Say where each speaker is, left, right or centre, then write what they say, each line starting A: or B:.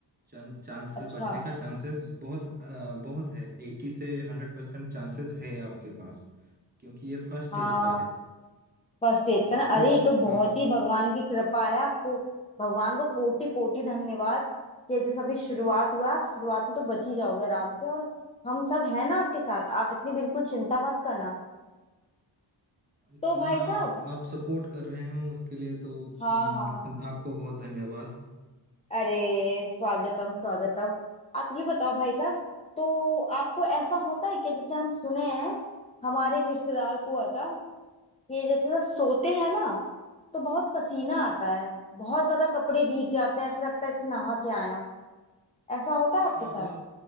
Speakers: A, on the right; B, on the left.
A: चांसेस
B: अच्छा
A: बचने का चांसेस बहुत अ, बहुत है एट्टी से हंड्रेड परसेंट चांसेस है आपके पास क्योंकि ये फर्स्ट स्टेज
B: हाँ
A: का है
B: फर्स्ट स्टेज
A: तो
B: पे ना
A: ठीक
B: अरे ये तो बहुत
A: हाँ
B: ही भगवान की कृपा है आपको भगवान को कोटि कोटि धन्यवाद कि जैसे अभी शुरुआत हुआ है, आप शुरुआत में तो बच ही जाओगे आराम से और हम सब हैं ना आपके साथ आप इतनी बिल्कुल चिंता मत करना
A: इतना
B: तो भाई साहब
A: आप सपोर्ट कर रहे हो इसके लिए तो
B: हाँ
A: हम्म,
B: हाँ
A: आपको बहुत धन्यवाद
B: अरे स्वागतम स्वागतम आप ये बताओ भाई साहब तो आपको ऐसा होता है कि जैसे हम सुने हैं हमारे एक रिश्तेदार को हुआ था कि जैसे जब सोते हैं ना तो बहुत पसीना आता है बहुत ज्यादा कपड़े भीग जाते हैं ऐसे लगता है ऐसे नहा के आए हो ऐसा होता
A: हाँ
B: है आपके
A: हाँ
B: साथ
A: बहुत